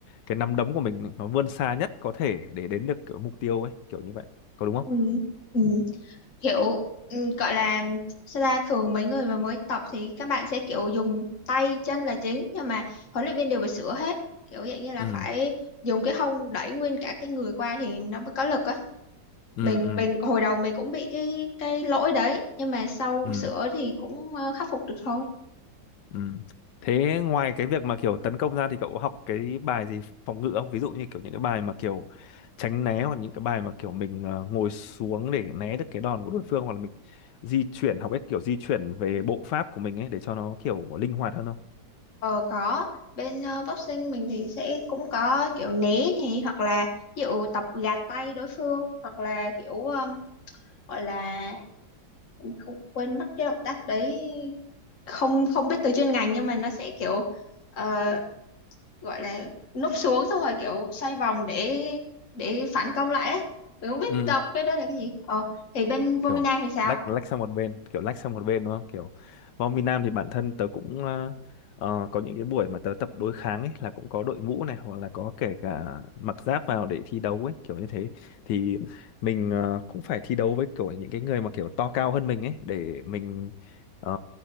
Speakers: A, on the left; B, on the left.
A: cái nắm đấm của mình nó vươn xa nhất có thể để đến được kiểu mục tiêu ấy kiểu như vậy có đúng không
B: ừ. Ừ. kiểu ừ, gọi là sao ta thường mấy người mà mới tập thì các bạn sẽ kiểu dùng tay chân là chính nhưng mà huấn luyện viên đều phải sửa hết kiểu dạng như là
A: ừ
B: phải dùng cái hông đẩy nguyên cả cái người qua thì nó mới có lực á
A: ừ
B: mình
A: ừ
B: mình hồi đầu mình cũng bị cái cái lỗi đấy nhưng mà sau
A: ừ
B: sửa thì cũng ờ, khắc phục được thôi
A: Ừ. Thế ngoài cái việc mà kiểu tấn công ra thì cậu có học cái bài gì phòng ngự không? Ví dụ như kiểu những cái bài mà kiểu tránh né hoặc những cái bài mà kiểu mình ờ, ngồi xuống để né được cái đòn của đối phương hoặc là mình di chuyển học cách kiểu di chuyển về bộ pháp của mình ấy để cho nó kiểu linh hoạt hơn không?
B: ờ có bên ờ, boxing mình thì sẽ cũng có kiểu né này hoặc là ví dụ tập gạt tay đối phương hoặc là kiểu ờ, gọi là mình không quên mất cái động tác đấy không không biết từ chuyên ngành nhưng mà nó sẽ kiểu ờ, gọi là núp xuống xong rồi kiểu xoay vòng để để phản công lại ấy mình không biết
A: Ừ,
B: đọc cái đó là cái gì ờ thì bên Vominang
A: kiểu
B: thì sao
A: lách lách sang một bên kiểu lách sang một bên đúng không kiểu bóng Việt Nam thì bản thân tớ cũng ờ, ờ, có những cái buổi mà tớ tập đối kháng ấy là cũng có đội mũ này hoặc là có kể cả mặc giáp vào để thi đấu ấy kiểu như thế thì mình ờ, cũng phải thi đấu với kiểu những cái người mà kiểu to cao hơn mình ấy để mình ờ,